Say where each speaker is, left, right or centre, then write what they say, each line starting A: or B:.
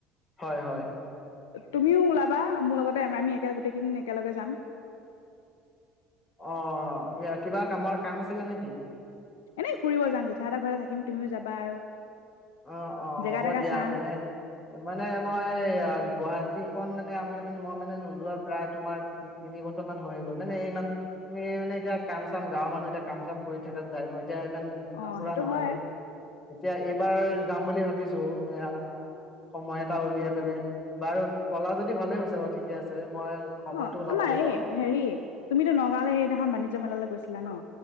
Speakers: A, on the left; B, on the left.
A: হয়, হয়।
B: তুমিও ওলাবা, মোৰ লগতে, আমি একেলগে গোটেই কেইজনী, একেলগে যাম।
A: অ', এয়া কিবা কামৰ, কাম আছিলে নেকি?
B: এনেই ফুৰিব যাম, জেঠাহতৰ, ঘৰতে থাকিম তুমিও যাবা আৰু।
A: অ', অ',
B: জেগা
A: হ'ব
B: তেগা
A: দিয়া,
B: চাম
A: মানে, মানে মই গুৱাহাটী খন মানে, আমি মানে, মই মানে নোযোৱা, প্ৰায় তোমাৰ তিনি বছৰ মান হৈ গ'ল, মানে ইমান, তমি মানে, এতিয়া কাম, চাম গাঁৱৰ মানুহ এতিয়া কাম, চাম কৰি থাকা যায় ন। এতিয়া, ইমান ঘুৰা,
B: অ
A: ফুৰা
B: সেইটো
A: নহয়
B: হয়
A: যে, এতিয়া এই যাম বুলি ভাবিছো, এ, সময় এটা উলিয়াই, পেলাই বাৰু, কলা যদি ভালে হৈছে, বাৰু ঠিকে আছে। মই সময়টো
B: অ',
A: ওলাব
B: আমাৰ
A: লাগিব
B: এই,
A: আৰু
B: হেৰি তুমিতো নগাঁৱলৈ, সেইদিখখন বাণিজ্যয় মেলালৈ, গৈছিলা ন।